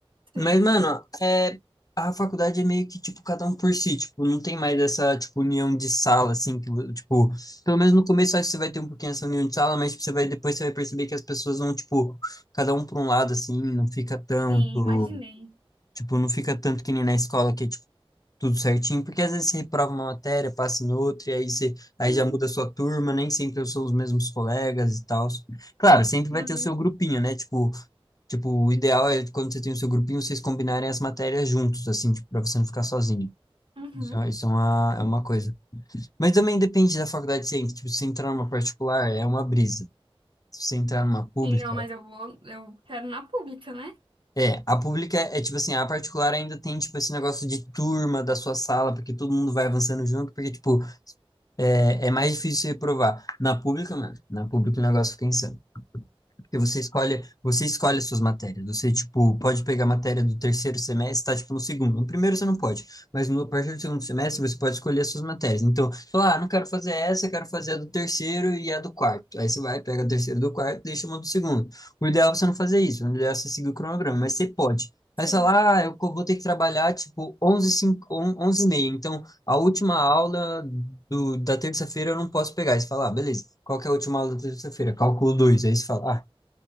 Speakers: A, on the right; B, on the left.
A: Sei.
B: Mas, mano, é, a faculdade é meio que, tipo, cada um por si, tipo, não tem mais essa, tipo, união de sala, assim, que, tipo, pelo menos no começo acho que você vai ter um pouquinho essa união de sala, mas tipo, você vai, depois você vai perceber que as pessoas vão, tipo, cada um pra um lado, assim, não fica tanto.
A: Sim, imaginei.
B: Tipo, não fica tanto que nem na escola que é tipo tudo certinho, porque às vezes você reprova uma matéria, passa em outra, e aí você aí
A: Sim.
B: já muda a sua turma, nem sempre são os mesmos colegas e tal. Claro, sempre
A: Uhum.
B: vai ter o seu grupinho, né? Tipo, tipo, o ideal é quando você tem o seu grupinho, vocês combinarem as matérias juntos, assim, tipo, para você não ficar sozinho.
A: Uhum.
B: Isso é isso é uma, é uma coisa. Mas também depende da faculdade que você entra. Tipo, se você entrar numa particular, é uma brisa. Se você entrar numa pública,
A: Sim, não, mas eu vou, eu quero na pública, né?
B: É, a pública é é, tipo assim, a particular ainda tem tipo esse negócio de turma da sua sala, porque todo mundo vai avançando junto, porque tipo, é, é mais difícil você provar. Na pública, mano, na pública o negócio fica insano. Porque você escolhe, você escolhe as suas matérias. Você, tipo, pode pegar a matéria do terceiro semestre, tá, tipo, no segundo. No primeiro você não pode, mas no, a partir do segundo semestre você pode escolher as suas matérias. Então, falar ah, não quero fazer essa, eu quero fazer a do terceiro e a do quarto. Aí você vai, pega a terceira do quarto, deixa uma do segundo. O ideal é você não fazer isso, o ideal é você seguir o cronograma, mas você pode. Aí
A: Sei.
B: você fala, ah, eu co- vou ter que trabalhar, tipo, 11 5, 11 e meia. Então, a última aula do, da terça-feira eu não posso pegar. Aí você fala, ah, beleza. Qual que é a última aula da terça-feira? Cálculo 2. Aí você fala, ah,